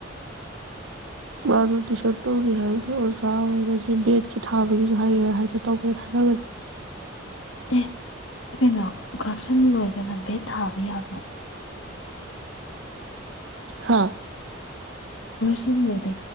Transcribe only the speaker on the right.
ꯃꯥꯗꯣ ꯇꯨꯏꯁꯟ ꯇꯧꯔꯤ ꯍꯥꯏꯕꯗꯤ ꯑꯣꯖꯥ ꯑꯣꯏꯕꯒꯤ ꯕꯦꯠꯀꯤ ꯊꯥꯕꯒꯤꯁꯨ ꯍꯥꯏꯌꯦ ꯍꯥꯏꯅ ꯇꯧꯒꯦꯅ ꯍꯥꯏꯔꯅꯕꯅꯤ
ꯍꯥꯥ